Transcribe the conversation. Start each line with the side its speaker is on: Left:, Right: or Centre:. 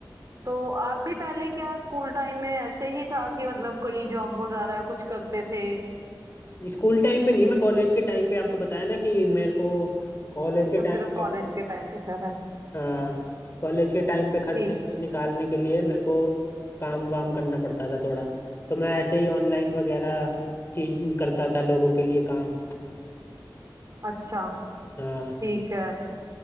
Right: तो आप भी पहले क्या स्कूल टाइम में ऐसे ही था कि मतलब कोई जॉब वगैरह कुछ करते थे
Left: स्कूल टाइम पे नहीं मैं कॉलेज के टाइम पे आपको बताया ना कि मेरे को कॉलेज
Right: अच्छा
Left: के
Right: सिर्फ
Left: टाइम पे
Right: कॉलेज
Left: अपनी
Right: के टाइम पे कर रहे हैं
Left: हाँ, कॉलेज के टाइम पे खर्चा
Right: ठीक
Left: निकालने के लिए मेरे को काम वाम करना पड़ता था थोड़ा तो मैं ऐसे ही ऑनलाइन वगैरह चीज करता था लोगों के लिए काम
Right: अच्छा
Left: हाँ
Right: ठीक है